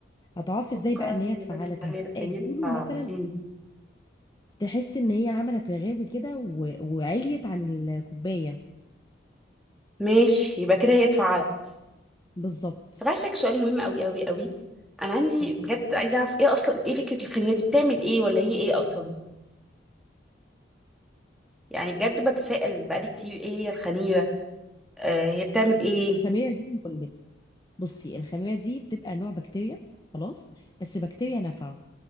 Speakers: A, on the left; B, in the centre.
A: هتعرفي
B: السكر
A: ازاي بقى ان
B: هي
A: هي اتفعلت
B: اللي بتخلي
A: هتبقى
B: الفرينة
A: يدوله
B: تعجين
A: مثلا تحسي ان هي عملت رغاوي كده و... وعليت عن الكوبايه
B: ماشي يبقى كده هي اتفعلت
A: بالظبط
B: طب عايزه اسالك سؤال مهم قوي قوي قوي انا عندي
A: بالظبط
B: بجد عايزه اعرف ايه اصلا ايه فكره الخميره دي بتعمل ايه ولا هي ايه اصلا يعني بجد بتسائل بقالي كتير ايه هي الخميره آه هي بتعمل ايه
A: الخميره دي بقول لك بصي الخميره دي بتبقى نوع بكتيريا خلاص بس بكتيريا نافعه